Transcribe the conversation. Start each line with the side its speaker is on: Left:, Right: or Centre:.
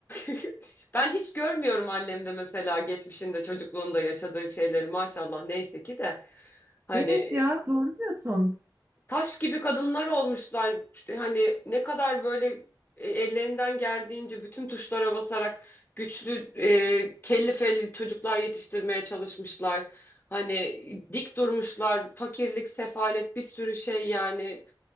Left: <laughs> ben hiç görmüyorum annemde mesela geçmişinde çocukluğunda yaşadığı şeyleri maşallah neyse ki de hani
Right: Evet ya doğru diyorsun.
Left: taş gibi kadınlar olmuşlar. Hani ne kadar böyle e, ellerinden geldiğince bütün tuşlara basarak güçlü, e, kelli felli çocuklar yetiştirmeye çalışmışlar. Hani dik durmuşlar, fakirlik, sefalet bir sürü şey yani.